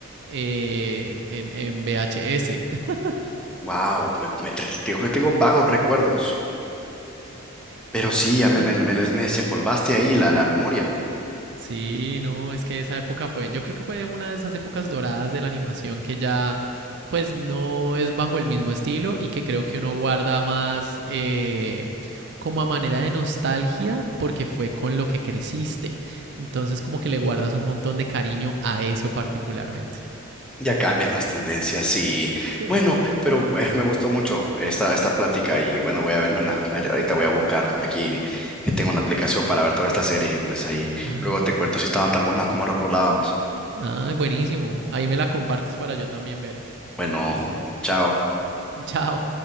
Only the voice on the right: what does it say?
eh, en, en VHS. <laughs>
Ay.
Sí, no, es que esa época fue, yo creo que fue una de esas épocas doradas de la animación que ya pues no es bajo el mismo estilo y que creo que uno guarda más eh, como a manera de nostalgia porque fue con lo que creciste. Entonces como que le guardas un montón de cariño a eso particularmente.
Sí.
Ah,
ah, buenísimo. Ahí me la compartes para yo también ver.
<laughs> Chao.